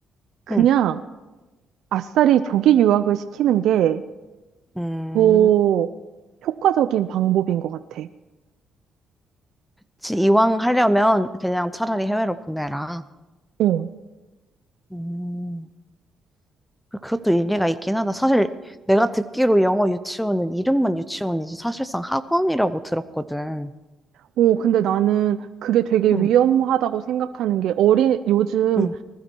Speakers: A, on the right; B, in the centre.
A: 그냥
B: 응,
A: 아싸리 조기 유학을 시키는 게
B: 음.
A: 더 효과적인 방법인 것 같아.
B: 지- 이왕 하려면 그냥 차라리 해외로 보내라.
A: 어.
B: 음, 그- 그것도 일리가 있긴 하다. 사실 내가 듣기로 영어 유치원은 이름만 유치원이지 사실상 학원이라고 들었거든.
A: 오, 근데 나는 그게 되게
B: 응,
A: 위험하다고 생각하는 게 어린, 요즘
B: 응.